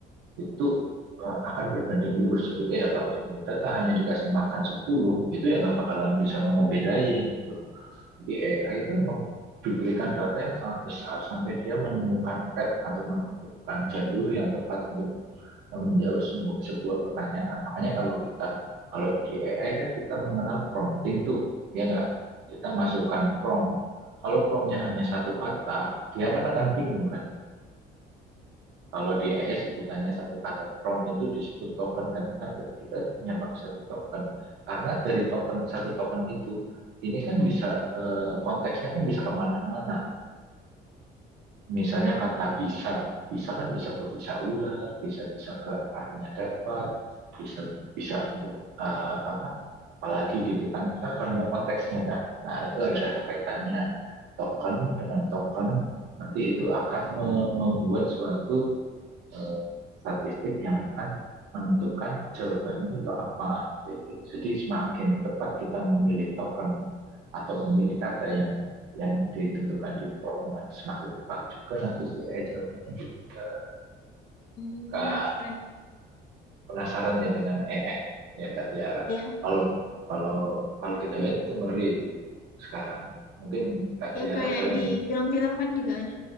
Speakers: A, on the right (about 85°); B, on the left (about 60°).
A: itu eh, akan berbanding lurus. Jadi kayak kalau data hanya dikasih makan 10 itu ya nggak bakalan bisa mengobedain. Gitu. Jadi AI itu memang diberikan data yang sangat besar sampai dia menemukan pet atau menemukan jalur yang tepat untuk menjawab sebuah pertanyaan. Makanya kalau kita kalau di AI kan kita mengenal prompting tuh, ya nggak? Kita masukkan prompt. Kalau promptnya hanya satu kata, dia kan akan bingung kan. Kalau di ES sebutannya satu kata prom itu disebut token dan Kenapa kita punya pakai satu token? Karena dari token satu token itu ini kan bisa eh, konteksnya kan bisa kemana-mana. Misalnya kata bisa, bisa kan bisa ke bisa ular, bisa bisa ke artinya dapat, bisa bisa untuk eh, apa? Apalagi gitu kan, kan banyak konteksnya kan. Nah itu harus ada kaitannya token dengan token nanti itu akan me- membuat suatu eh, statistik yang akan menentukan jawabannya itu apa. Jadi semakin tepat kita memilih token atau memilih kata yang yang ditentukan di prompt, nah, semakin tepat juga nanti si AI jawabannya gitu ya.
B: <laughs>
A: Kak,
B: keren.
A: penasaran ya dengan AI ya Kak Tiara.
B: Ya,
A: Kalau kalau kalau kita lihat itu ngeri itu sekarang. Mungkin Kak
B: ya
A: Tiara
B: kayak
A: sering
B: di film-film kan juga ada.